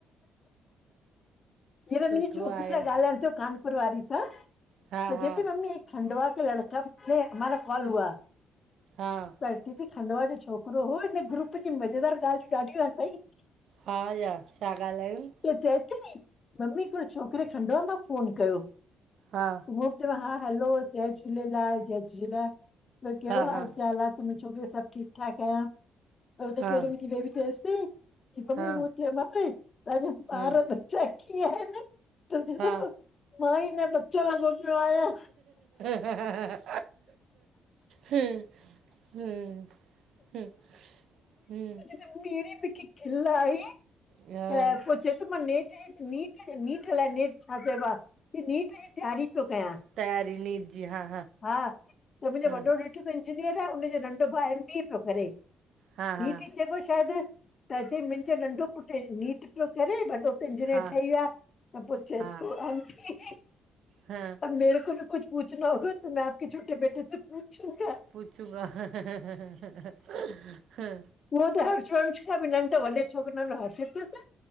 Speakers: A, on the left; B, on the right.
A: हींअर मुंहिंजी
B: सुठो
A: छोकिरी
B: आहे।
A: सां थियो कानपुर वारी सां त
B: हा हा
A: चए ती मम्मी खंडवा के लड़का खे हमारा कॉल हुआ।
B: हा।
A: त चए ती खंडवा जो छोकिरो हो हिन ग्रुप जी मज़ेदार ॻाल्हियूं ॾाढियूं अथई।
B: हा, या छा ॻाल्हायंउं?
A: त चए ती मम्मी हिकड़े छोकिरे खंडवा मां फोन कयो
B: हा।
A: हो बि चइपो हा हलो जय झूलेलाल जय झूलेलाल, ॿियो कहिड़ो
B: हा
A: हाल
B: हा
A: चाल आ? त मुंहिंजी छोकिरी सभु ठीकु ठाक आहियां। त हुनखे
B: हा
A: वरी मुंहिंजी बेबी चएसती, कि मम्मी
B: हा
A: मूं चयोमास पहिंजो
B: ह
A: ॿार ॾ चए कीअं आहिनि तुंहिंजे
B: हा
A: दफ़ो मां ई हिन चरियो छोकिरो आ या
B: ह हम हम हम्म हम्म
A: एड़ी मिखे खिल आई
B: ह
A: त पो चे तो माने नीट नीट <unintelligible> अलाइ नेट छा चइबो आ नीट जी तैयारी पियो कयां
B: तयारी नीट जी हा
A: हा त मुंहिंजो
B: हा
A: वॾो ॾे र‌‌ इंजीनियर आ उनजो नंढो भाउ एम बी पियो करे
B: हा
A: नीट
B: हा
A: ई चए पियो शायदि त चई मुंहिंजो नंढो पुटु नीट पियो करे वॾो इंजीनियर
B: हा
A: ठही वियो आं त पोइ चये
B: हा
A: तो अंटी
B: हा
A: त मेेरे को कुछ पूछना होगा तो मैं आपके छोटे बेटे से पूछूंंगा।
B: पूछूंंगा ह ह ह
A: उहो त हर्षवंश <unintelligible> खां बि नन्ढो त वॾे छोकिरे जो नालो हर्षित अथसि